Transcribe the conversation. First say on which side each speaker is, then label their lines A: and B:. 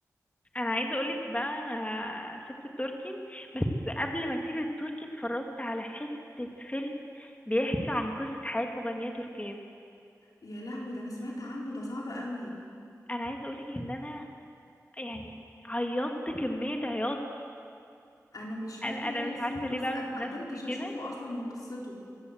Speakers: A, on the left; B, on the left.
A: انا عايزه اقولك بقى انا سبت التركي بس قبل ما اسيب التركي اتفرجت على حته فيلم بيحكي عن قصه حياه مغنيه تركيه
B: يا لهوي ده انا سمعت عنه ده صعب قوي
A: انا عايزه اقولك ان انا يعني عيطت كميه عياط
B: انا مش فاكرة
A: انا انا مش
B: اسمه
A: عارفه
B: بس
A: ليه بعمل
B: انا
A: في
B: ما
A: نفسي
B: قدرتش اشوفه
A: كده
B: اصلا من قصته